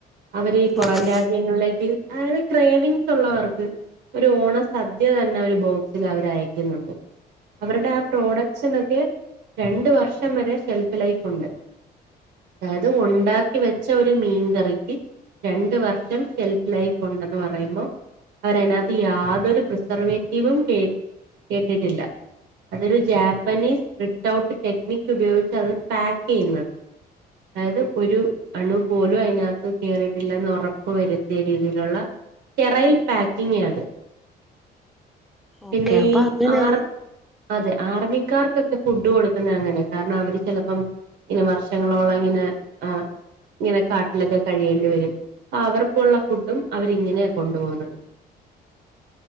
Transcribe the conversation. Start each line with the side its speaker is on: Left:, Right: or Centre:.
Right: അവര് പുറം
Centre: ഓക്കെ
Right: രാജ്യങ്ങളിലേക്ക് അതായത് ക്രേവിങ്സ് ഉള്ളവർക്ക് ഒരു ഓണ സദ്യ തന്നെ ഒരു ബോക്സിൽ അവര് അയക്കുന്നുണ്ട് അവരുടെ ആ പ്രോഡക്റ്റ് ക്കെ രണ്ട് വർഷം വരെ ഷെൽഫ് ലൈഫ് ഉണ്ട് അതായത് ഉണ്ടാക്കി വെച്ച ഒരു മീൻകറിക്ക് രണ്ട് വർഷം ഷെൽഫ് ലൈഫ് ഉണ്ടെന്ന് പറയുമ്പോ അവര് അതിനാത്ത് യാതൊരു പ്രിസർവേറ്റീവും കേ കേറ്റിട്ടില്ല അതൊരു ജാപ്പനീസ് റിട്ട്ഔട്ട് ടെക്നിക്ക് ഉപയോഗിച്ച് അത് പാക്ക് ചെയ്യുന്നത് അതായത് ഒരു അണു പോലും അതിനാത്ത് കേറി ഉറപ്പ് വരുത്തിയ രീതിയിലുള്ള സ്റ്റെറൈൽ പാക്കിംഗ് അത് പിന്നെ
Centre: ഓക്കെ അപ്പൊ
Right: ഈ
Centre: അങ്ങനെയാ
Right: ആർ അതെ ആർമിക്കാർക്കൊക്കെ ഫുഡ് കൊടുക്കുന്ന അങ്ങനെ കാരണം അവര് ചിലപ്പം ഇങ്ങനെ വർഷങ്ങളോളം ഇങ്ങനെ ആ ഇങ്ങനെ കാട്ടിലൊക്കെ കഴിയേണ്ടി വരും അപ്പൊ അവർക്കുള്ള ഫുഡും അവരിങ്ങനെയാണ് കൊണ്ടു പോകുന്നത്